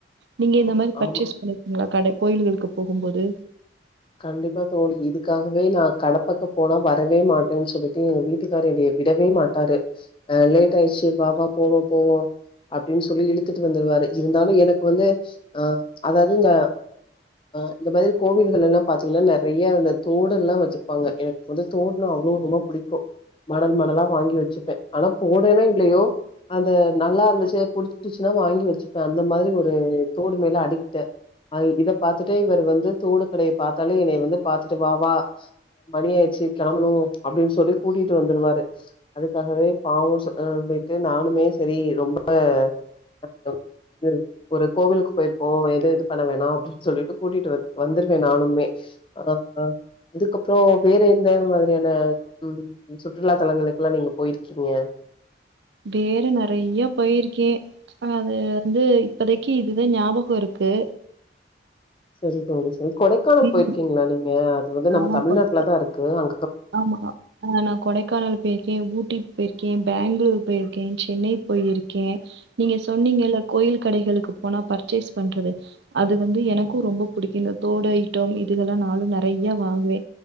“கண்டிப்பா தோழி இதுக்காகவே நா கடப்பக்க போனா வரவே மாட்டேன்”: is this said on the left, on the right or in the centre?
Left